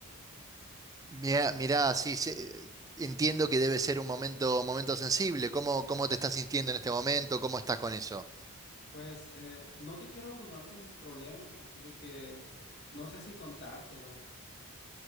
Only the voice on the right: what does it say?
Mirá, mirá, sí, sí, eh, entiendo que debe ser un momento, momento sensible. ¿Cómo, cómo te estás sintiendo en este momento? ¿Cómo estás con eso?